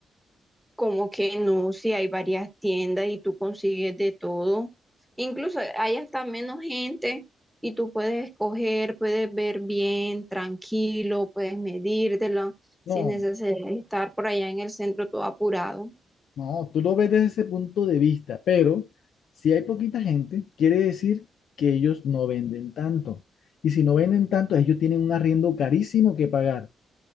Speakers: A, in the centre; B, on the left.
A: Como que no, si hay varias tiendas y tú consigues de todo. Incluso hay hasta menos gente y tú puedes escoger, puedes ver bien, tranquilo, puedes medírtelo sin
B: No,
A: necesidad de estar por allá en el centro todo apurado.
B: no, tú lo ves desde ese punto de vista, pero si hay poquita gente, quiere decir que ellos no venden tanto. Y si no venden tanto, ellos tienen un arriendo carísimo que pagar.